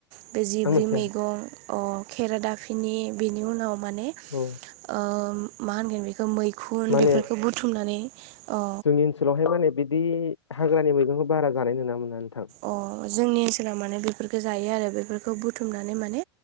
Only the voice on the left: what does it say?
आं मिथिया
औ
माने
जोंनि ओनसोलावहाय माने बिदि हाग्रानि मैगंखौ बारा जानाय नुना मोना नोंथां